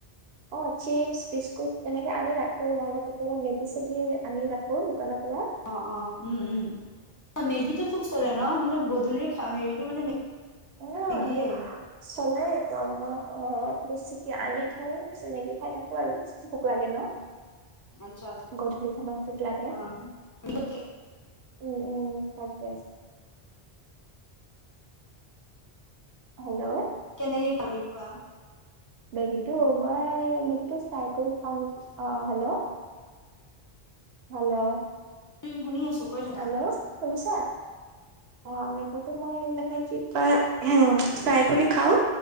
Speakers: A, on the right (about 80°); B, on the left (about 25°).
A: অ চিপছ বিস্কুট তেনেকে আনি ৰাখো নহলে কেতিয়াবা মেজি চেজি আনি ৰাখো দোকানত <unintelligible>
B: অ', অ উম উম মেগীটো খুব চলে ন মানে গধূলি হেৰিটো মানে
A: উম
B: মেগীয়ে।
A: চলাই <unintelligible> অ বেছিকে আনি থৌ মেগি খাই থাকো আৰু ভুক লাগে ন
B: আচ্ছা আচ্ছা
A: গধূলি <unintelligible> লাগে
B: অ'।
A: উম উম আছে আছে হেল্ল'
B: কেনেকে কৰি খোৱা
A: বেগীটো মই নিজো চাই কৰি চাওঁ নি <unintelligible> হেল্ল'
B: উম শুনি আছো কৈ থাকা।
A: হেল্ল' শুনিছা অ মই মানে কি ক হ ফ্ৰাই কৰি খাও